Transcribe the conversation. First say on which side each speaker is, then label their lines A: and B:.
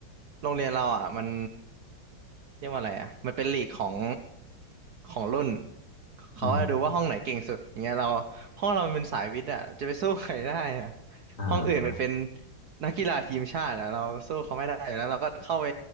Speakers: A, on the right; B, on the left.
A: โรงเรียนเราอ่ะมันเรียกว่าอะไรอ่ะมันเป็นลีกของของรุ่นเขาจะดูว่าห้องไหนเก่งสุดเงี้ยเรา
B: อืม
A: ห้องเรามันเป็นสายวิทย์อ่ะจะไปสู้ใครได้อ่ะ
B: อ่า
A: ห้องอื่นมันเป็นนักกีฬาทีมชาติอ่ะเราสู้เขาไม่ได้อยู่แล้วเราก็เข้าไป